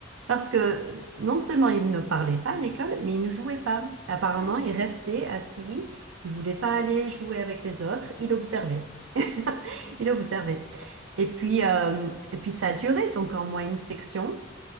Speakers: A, on the right; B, on the left.
A: Parce que non seulement il ne parlait pas à l'école, mais il ne jouait pas. Apparemment,
B: Ah oui.
A: il restait assis, il voulait pas aller jouer avec les autres, il observait. <laughs>
B: Hmm.
A: Il observait. Et puis, euh, et puis ça a duré, donc en moyenne section,